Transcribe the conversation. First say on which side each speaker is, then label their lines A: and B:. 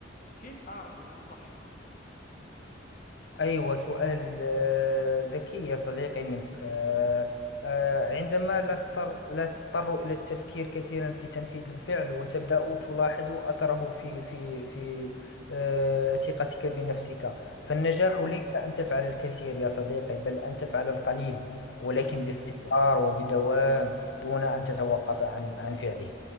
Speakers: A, on the left; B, on the left.
A: كيف اعرف ان انا صح
B: أيوة سؤال آه، ذكي يا صديقي منك آه، آه، عندما لا تضطر لا تضطر إلى التفكير كثيرا في تنفيذ الفعل وتبدأ تلاحظ أثره في في في آه، ثقتك بنفسك فالنجاح مم. ليس أن تفعل الكثير يا صديقي بل أن تفعل القليل ولكن
A: امم
B: باستمرار وبدوام دون أن تتوقف عن عن فعله